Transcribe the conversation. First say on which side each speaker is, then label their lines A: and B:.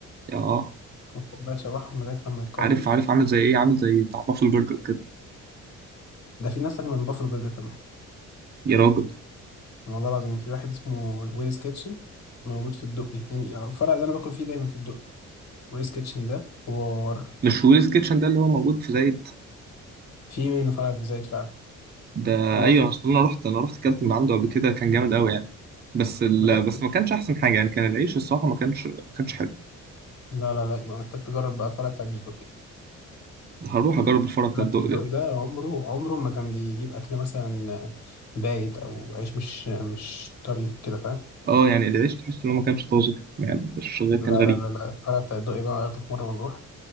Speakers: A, on the right; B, on the left.
A: آه
B: وتقوم بقى تشوحهم لغاية لما يتكرمل
A: عارف عارف عامل زي ايه عامل زي بتاع بافل برجر كده
B: ده في ناس أجمل من بافلو برجر كمان
A: يا راجل
B: والله العظيم في واحد اسمه ويلز كيتشن موجود في الدقي يعني الفرع اللي أنا باكل فيه دايما في الدقي ويلز كيتشن ده حوار
A: مش ويلز كيتشن ده اللي هو موجود في زايد
B: في منه فرع في زايد فعلا
A: ده
B: ما هو
A: ايوه
B: في
A: اصل انا رحت انا رحت اكلت من عنده قبل كده كان جامد قوي يعني بس ال...
B: بجد
A: بس ما كانش احسن حاجه يعني كان العيش الصراحه ما كانش ما كانش حلو
B: لا لا لا يبقى محتاج تجرب بقى الفرع بتاع الدقي
A: هروح اجرب الفرع بتاع
B: الفرع
A: الدق
B: بتاع الدقي
A: ده
B: ده عمره عمره ما كان بيجيب أكل مثلا بايت أو عيش مش مش طري كده فاهم
A: اه يعني العيش تحس ان هو ما كانش طازج يعني مش غير
B: لا
A: كان غريب
B: لا لا لا الفرع بتاع الدقي بقى ياخدك مرة ونروح